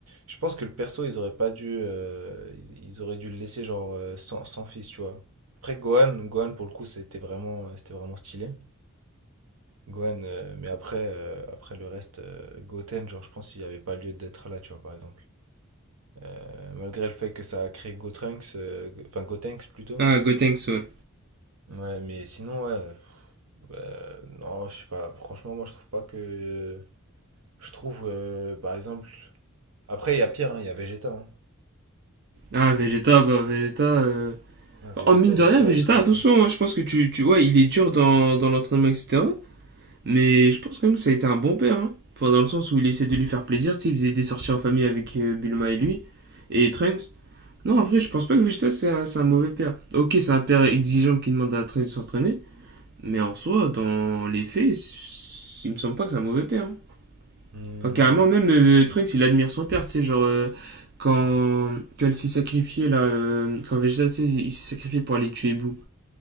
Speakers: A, on the right; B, on the right.
A: Je pense que le perso, ils auraient pas dû, euh, ils ils auraient dû le laisser genre euh, sans, sans fils, tu vois. Après Gohan, Gohan pour le coup, c'était vraiment, c'était vraiment stylé. Gohan, euh, mais après, euh, après le reste, euh, Goten, genre je pense qu'il n'y avait pas lieu d'être là, tu vois, par exemple. Euh, malgré le fait que ça a créé Gotrunks, euh, enfin Gotenks plutôt.
B: Ah, Gotenks, ouais.
A: Ouais, mais sinon, ouais, pff, bah, non, je sais pas. Franchement, moi, je trouve pas que. Je trouve, euh, par exemple. Après, il y a pire, hein, il y a Vegeta. hein.
B: Ah, Vegeta, bah, Vegeta... euh,
A: Ah, Vegeta,
B: enfin, Oh, mine de
A: il est
B: rien,
A: dur
B: Vegeta,
A: avec Trunks.
B: attention,
A: hein.
B: hein, je pense que tu, tu... Ouais, il est dur dans, dans l'entraînement, etc. Mais je pense quand même que ça a été un bon père, hein. Enfin, dans le sens où il essaie de lui faire plaisir, tu sais, il faisait des sorties en famille avec euh, Bulma et lui, et Trunks. Non, en vrai, je pense pas que Vegeta, c'est un, c'est un mauvais père. Ok, c'est un père exigeant qui demande à Trunks de s'entraîner, mais en soi, dans les faits, c- il me semble pas que c'est un mauvais père, hein.
A: Hmm.
B: Enfin, carrément, même euh, Trunks, il admire son père, tu sais, genre, euh, quand, quand il s'est sacrifié, là, euh, quand Vegeta, tu sais, il s'est sacrifié pour aller tuer Boo,